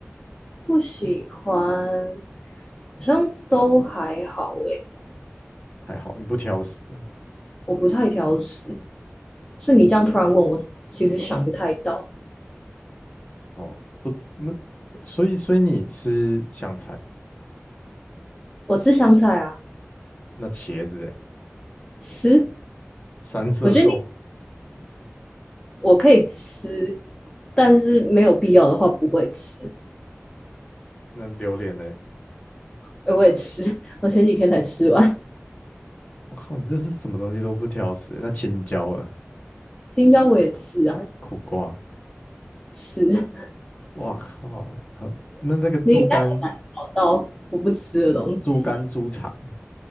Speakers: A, on the left (about 15°); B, on the left (about 30°).
A: 不喜欢，好像都还好诶，
B: 还好你不挑食。
A: 我不太挑食，所以你这样突然问我，其实想不太到。
B: 哦，不，那所以所以你吃香菜，
A: 我吃香菜啊，
B: 那茄子哎，
A: 吃，
B: 三色豆，
A: 我觉得你我可以吃，但是没有必要的话不会吃。
B: 那榴莲哎，
A: 哎，我也吃，<laughs> 我前几天才吃完，
B: 我靠，你这是什么东西都不挑食欸那青椒啊，
A: 青椒我也吃啊，
B: 苦瓜，
A: 吃。
B: 哇靠，好那那个猪肝、
A: 你应该很难找到我不吃的东西，
B: 猪肝、猪肠、